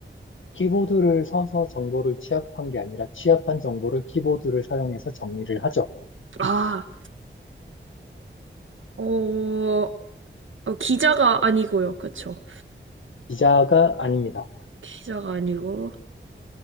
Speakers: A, on the left (about 75°); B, on the right (about 75°).
A: 키보드를 서서 정보를 취합한 게 아니라 취합한 정보를 키보드를 사용해서 정리를 하죠.
B: 아, 어, 어, 기자가 아니고요. 그쵸?
A: 기자가 아닙니다.
B: 기자가 아니고.